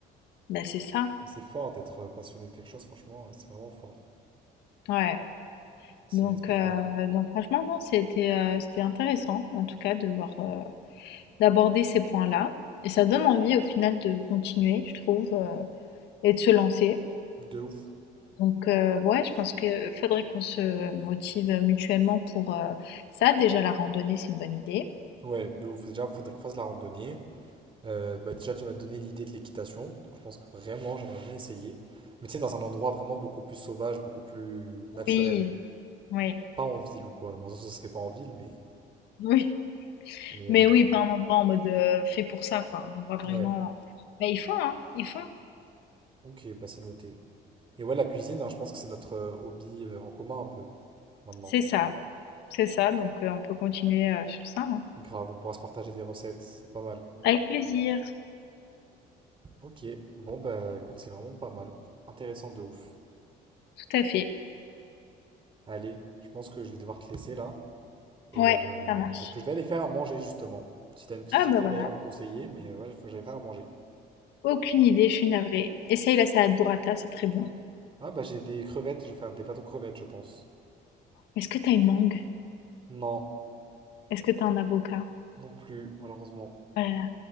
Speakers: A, on the left; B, on the right.
A: Bah, c'est ça.
B: Mais c'est fort d'être euh, passionné de quelque chose, franchement, euh, c'est vraiment fort.
A: Ouais.
B: C'est
A: Donc,
B: respectable.
A: heu, donc franchement, non, c'était, heu, c'était intéressant, en tout cas, de voir, heu, d'aborder ces points-là et ça donne envie, au final, de continuer, je trouve, heu et de se lancer.
B: De ouf.
A: Donc, heu, ouais, je pense qu'il faudrait qu'on se motive mutuellement pour, heu, ça. Déjà, la randonnée, c'est une bonne idée.
B: Ouais, de ouf. Déjà, faudrait qu'on fasse la randonnée. Euh, bah déjà, tu m'as donné l'idée de l'équitation, donc je pense que vraiment, j'aimerais bien essayer. Mais tu sais, dans un endroit vraiment beaucoup plus sauvage, beaucoup plus naturel.
A: Oui, oui,
B: Pas en ville ou quoi. Bon, ça, ça se fait pas en ville, mais...
A: oui.
B: mais,
A: Mais
B: euh,
A: oui, pas un endroit en mode euh, fait pour ça, quoi. Un endroit vraiment.
B: Ouais,
A: Mais ils font, hein, ils font.
B: ok, bah c'est noté. Et ouais, la cuisine, hein, je pense que c'est notre euh, hobby euh, en commun un peu, maintenant.
A: C'est ça, c'est ça. Donc euh, on peut continuer euh, sur ça. hein.
B: Grave, on pourra se partager des recettes, c'est pas mal.
A: Avec plaisir,
B: Ok, bon bah écoute, c'est vraiment pas mal. Intéressant de ouf.
A: tout à fait.
B: Allez, je pense que je vais devoir te laisser là. Et
A: Ouais,
B: euh,
A: ça marche.
B: parce que je vais aller faire à manger justement. Si t'as une petite
A: Ah
B: idée
A: bah voilà.
B: d'ailleurs à me conseiller, mais euh, ouais, il faut que j'aille faire à manger.
A: Aucune idée, je suis navrée. Essaye la salade burrata, c'est très bon.
B: Ah bah j'ai des crevettes, je vais faire des pâtes aux crevettes, je pense.
A: Est-ce que t'as une mangue?
B: Non,
A: Est-ce que t'as un avocat?
B: non plus, malheureusement.
A: Oh là là,